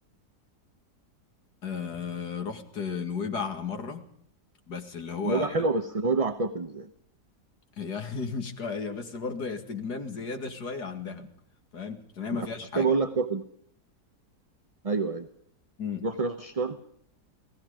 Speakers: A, on the left; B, on the right.
A: آه رحت نويبع مرة بس اللي هو
B: نوبة حلوة بس نوبة كابلز يعني
A: هي <laughs> مش كا- هي بس برضه هي استجمام زيادة شوية عن دهب فاهم عشان هي ما
B: ما
A: فيهاش
B: عشان
A: حاجة
B: كده بقول لك كابلز ايوه ايوه
A: مم.
B: رحت راس شيطان